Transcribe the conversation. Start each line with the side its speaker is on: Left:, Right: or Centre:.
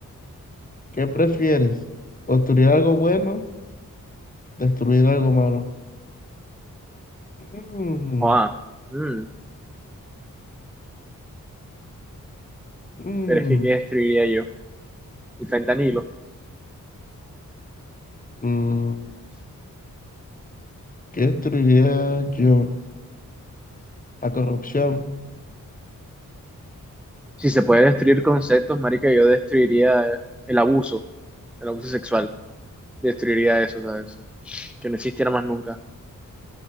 Left: ¿Qué prefieres? ¿Construir algo bueno? ¿Destruir algo malo? Mm,
Centre: Ah, mm.
Left: mm,
Centre: Pero es que, ¿qué destruiría yo? El fentanilo.
Left: mm. ¿Qué destruiría yo? La corrupción
Centre: Si se puede destruir conceptos, marica, yo destruiría el abuso, el abuso sexual. Destruiría eso, ¿sabes? Que no existiera más nunca.